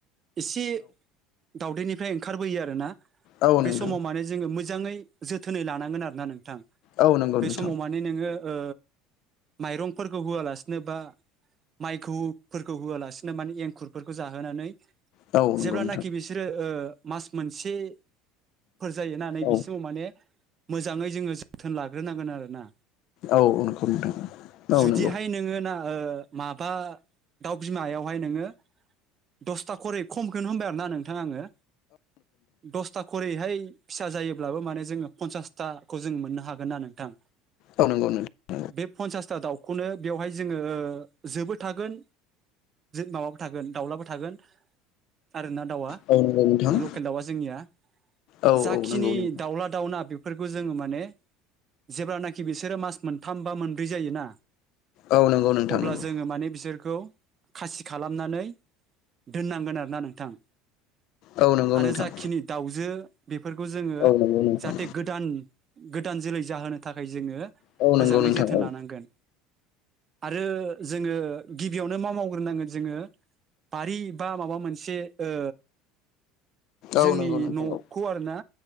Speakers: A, on the right; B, on the left.
A: एसे दावदैनि फ्राय ओंखारबोयो आरो ना।
B: औ
A: बे
B: नोंथां
A: समाव माने जोङो मोजा मोजाङै जोथोनै लानांगोन आरो ना नोंथां।
B: औ नंगौ
A: बे
B: नोंथां
A: समाव माने नोङो ओ माइरंफोरखौ होआलासिनो बा माइखौफोरखौ होआलासिनो माने एंखुरफोरखौ जाहोनानै
B: औ नंगौ
A: जेब्लानाखि
B: नोंथां
A: बिसोरो ओ मास मोनसे फोर जायो ना नै
B: औ
A: बिसिमाव माने मोजाङै जोङो जोथोन लाग्रोनांगोन आरोना।
B: औ औ नंगौ नोंथां
A: जुदिहाय
B: औ नंगौ।
A: नोङो ना ओ माबा दाउ बिमायावहाय नोङो दसथा खरै खमखौनो होनबाय आरोना नोंथां आङो। दसथा खरैहाय फिसा जायोब्लाबो माने जोङो फनसासथाखौ जों मोननो हागोन ना नोंथां।
B: औ नंगौ नोंथां औ नंगौ नोंथां
A: बे फन्सासथ दाउ नो बेवहाय जोङो ओ जोबो थागोन माबाबो थागोन माब्लाबो दाउलाबो थागोन। जोंना दाउआ
B: औ नंगौ नोंथां
A: लकेल दाउआ जोंनिया
B: औ
A: जाखिनि
B: नंगौ नोंथां
A: दाउला दाउना बेफोरखौ जोङो माने जेब्लानाखि बिसोरो मास मोनथाम बा मोनब्रै जायोना
B: औ नंगौ नोंथां
A: अब्ला
B: नंगौ
A: जोङो माने बिसोर खौ खासि खालामनानै दोननांगोन आरो ना नोंथां।
B: औ नंगौ नोंथां
A: आरो जाखिनि दाउजो बेफोरखौ जोङो
B: औ नंगौ नोंथां
A: जाथे गोदान गोदान जोलै जाहोनो थाखाय जोङो
B: औ नंगौ
A: मोजाङै
B: नोंथां
A: जोथोन
B: औ।
A: लानांगोन आरो जोङो गिबियावनो मा मावग्रोनांगोन जोङो बारि बा माबा मोनसे ओ जोंनि
B: औ नंगौ नोंथां
A: न'खौ
B: औ
A: आरोना